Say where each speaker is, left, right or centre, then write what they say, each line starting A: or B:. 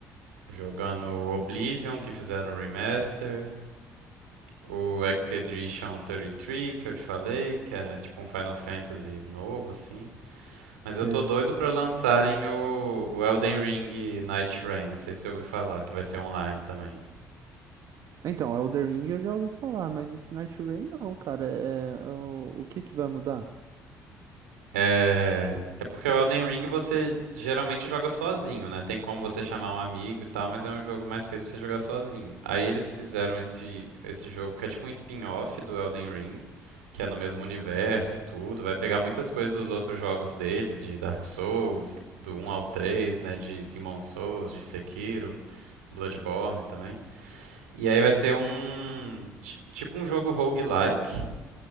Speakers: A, on the right; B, on the right.
A: jogando Oblivion, que fizeram o remaster, O Expedition 33, que eu te falei, que é tipo um Final Fantasy novo, assim. Mas
B: Você...
A: eu tô doido pra lançarem o, o Elden Ring Night Rain, não sei se você ouviu falar, que vai ser online também.
B: Então, Elden Ring eu já ouvi falar, mas esse Night Rain não, cara. É, é o, o que que vai mudar?
A: É... é porque o Elden Ring você geralmente joga sozinho, né? Tem como você chamar um amigo e tal, mas é um jogo mais feito pra você jogar sozinho. Aí eles fizeram esse, esse jogo que é tipo um spin-off do Elden Ring, que é no mesmo universo e tudo. Vai pegar muitas coisas dos outros jogos deles, de Dark Souls, do 1 ao 3, né? De Demon Souls, de Sekiro, Bloodborne também. E aí vai ser um. ti- Tipo um jogo roguelike